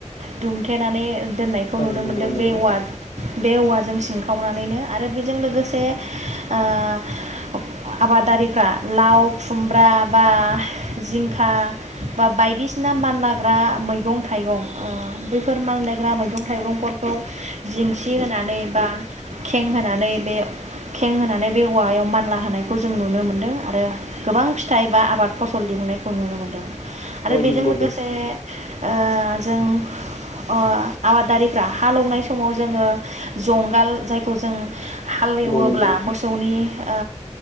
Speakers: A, on the right; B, on the left.
A: दुंथेनानै <unintelligible>
B: औ नंगौ नोंथां
A: बे औवाजों सिंखावनानैनो आरो बेजों लोगोसे ओ आबादारिफ्रा लाव खुमब्रा बा जिंखा बा बायदिसिना मानलाग्रा मै गं थाइगं बेफोर मानलायग्रा मैगं थाइगंफोरखौ जेंसि होनानै बा खें होनानै बे खें होनानै बे औवायाव मानला होनायखौ जों नुनो मोन्दों आरो गोबां फिथाइ बा आबाद फसल दिहुनायखौ नुनो मोन्दों। आरो
B: औ
A: बेजों
B: नंगौ
A: लोगोसे ओ जों आबादारिफ्रा हालौवनाय <unintelligible> समाव जोङो जंगाल जाय खौ जों हालेवोब्ला
B: नोंथां
A: मोसौनि ओ